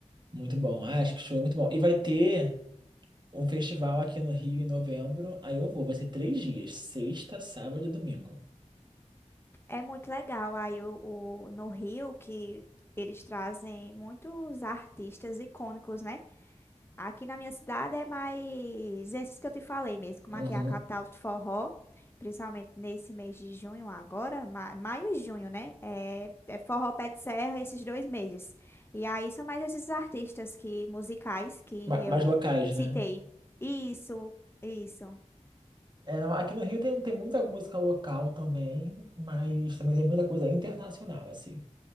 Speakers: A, on the right; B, on the left.
A: Muito bom. Ah, acho que o show é muito bom. E vai ter um festival aqui no Rio em novembro, aí eu vou, vai ser três dias, sexta, sábado e domingo.
B: É muito legal. Aí o, o- no Rio que eles trazem muitos artistas icônicos, né? Aqui na minha cidade é mais esses que eu te falei mesmo, como
A: Uhum.
B: aqui é a capital do forró, principalmente nesse mês de junho agora, ma- maio e junho, né? É, é forró pé de serra esses dois meses. E aí são mais esses artistas que musicais que
A: Ma-
B: eu
A: Mais locais,
B: citei.
A: né?
B: Isso, isso,
A: É, não, aqui no Rio tem, tem muita música local também, mas também tem muita coisa internacional, assim.